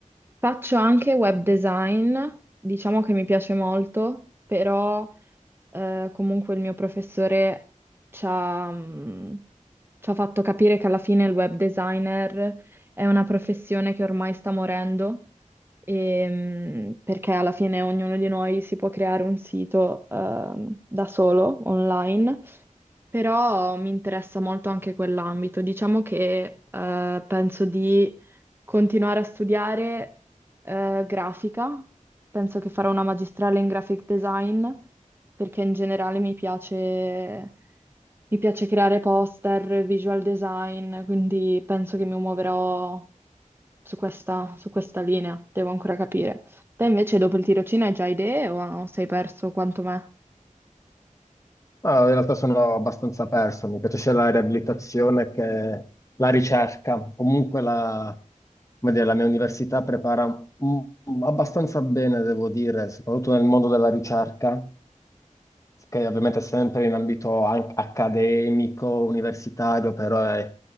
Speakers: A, on the right; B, on the left.
A: Faccio anche web design, diciamo che mi piace molto, però eh, comunque il mio professore ci ha, mh, ci ha fatto capire che alla fine il web designer è una professione che ormai sta morendo, e, mh, perché alla fine ognuno di noi si può creare un sito, ehm, da solo, online. Però mi interessa molto anche quell'ambito. Diciamo che eh, penso di continuare a studiare eh, grafica, penso che farò una magistrale in graphic design perché in generale mi piace, mi piace creare poster, visual design, quindi penso che mi muoverò su questa, su questa linea, devo ancora capire. Te invece dopo il tirocinio hai già idee o sei perso quanto me?
B: Ah, in realtà sono abbastanza perso, mi piace sia la riabilitazione che la ricerca. Comunque la, come dire, la mia università prepara mh, abbastanza bene, devo dire, soprattutto nel mondo della ricerca. che ovviamente è sempre in ambito an- accademico, universitario, però è